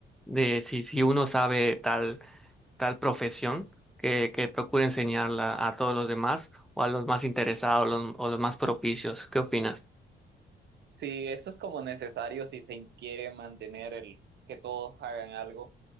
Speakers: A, in the centre; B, on the right.
A: De si, si uno sabe tal tal profesión que, que procure enseñarla a todos los demás o a los más interesados los- o los más propicios. ¿Qué opinas?
B: Sí, eso es como necesario si se quiere mantener el que todos hagan algo.